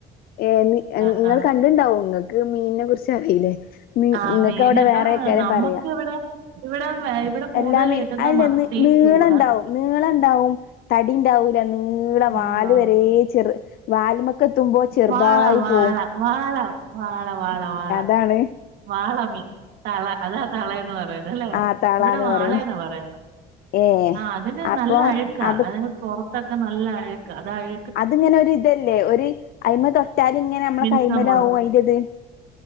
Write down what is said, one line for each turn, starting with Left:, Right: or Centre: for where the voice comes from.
Left: ഏഹ്
Right: ആ
Left: നിങ്ങൾ
Right: ആ
Left: കണ്ട അത്ണ്ടാവും നിങ്ങക്ക് മീനിനെ കുറിച്ച് അറിയില്ലേ നി
Right: ആ
Left: നിങ്ങൾക്ക്
Right: മീന്
Left: അവിടെ വേറെക്കാരം
Right: ആ നമ്മക്ക്
Left: പറയാം
Right: ഇവിടെ ഇവിടെ ഇവിടെ കൂടുതൽ
Left: എല്ലാ
Right: കിട്ടുന്ന
Left: അല്ല
Right: മത്തി
Left: ന നീള
Right: ചൂട
Left: ഉണ്ടാവും നീളുണ്ടാവും തടി ഉണ്ടാവൂല നീ നീളവാല്
Right: നീളോള്ള
Left: വരെ വാല്മക്കെ എത്തുമ്പോ ചെറുതായി
Right: വാള വാള
Left: പോകും
Right: വാള വാള വാള വാള
Left: താണ്
Right: വാള മീ തള അതാ തളന്ന് പറയുന്നു അല്ലേ
Left: ആ തളാന്ന്
Right: ഇവിടെ വാളയന്നാ
Left: പറയണ്
Right: പറയുന്നത്
Left: ഏ
Right: ആഹ് അതിന്
Left: അപ്പം
Right: നല്ല അഴുക്ക
Left: അത്
Right: അതിന് പുറത്തൊക്കെ നല്ല അഴുക്ക അതായ
Left: അതിങ്ങനെ ഒ ഒരു ഇതല്ലേ ഒരു അയിമ തൊട്ടാല് ഇങ്ങനെ നമ്മളെ
Right: മിനുസം
Left: കൈമല് ആവും അയിടത്